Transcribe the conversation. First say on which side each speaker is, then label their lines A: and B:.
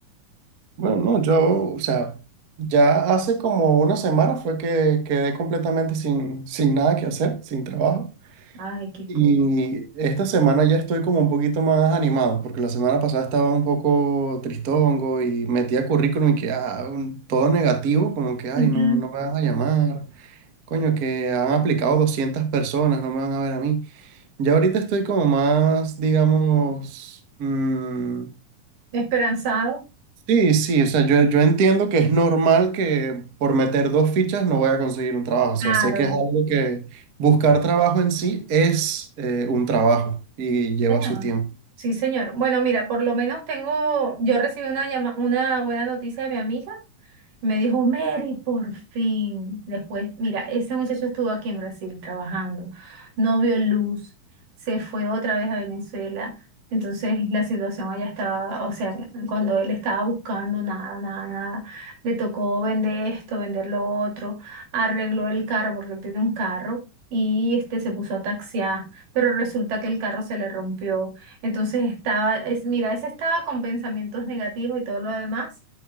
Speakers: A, on the right; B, on the right.
A: Bueno, no, yo, o sea, ya hace como una semana fue que quedé completamente sin, sin nada que hacer, sin trabajo.
B: Ay, qué
A: Y
B: cosa.
A: esta semana ya estoy como un poquito más animado, porque la semana pasada estaba un poco tristongo y metía currículum y que ah, un- todo negativo, como que, ay,
B: Ujú.
A: no, no me van a llamar, coño, que han aplicado 200 personas, no me van a ver a mí. Ya ahorita estoy como más, digamos, mm,
B: Esperanzado.
A: Sí, sí, o sea, yo, yo entiendo que es normal que por meter dos fichas no voy a conseguir un trabajo, o
B: Claro,
A: sea, sé que es algo que buscar trabajo en sí es eh, un trabajo y lleva
B: señor.
A: su tiempo.
B: Sí, señor. Bueno, mira, por lo menos tengo, yo recibí una llama- una buena noticia de mi amiga. Me dijo, Mary, por fin. Después, mira, ese muchacho estuvo aquí en Brasil trabajando, no vio luz, se fue otra vez a Venezuela. Entonces la situación allá estaba, o sea, cuando él estaba buscando nada, nada, nada, le tocó vender esto, vender lo otro, arregló el carro porque él tiene un carro y este se puso a taxiar, pero resulta que el carro se le rompió. Entonces estaba, es, mira, ese estaba con pensamientos negativos y todo lo demás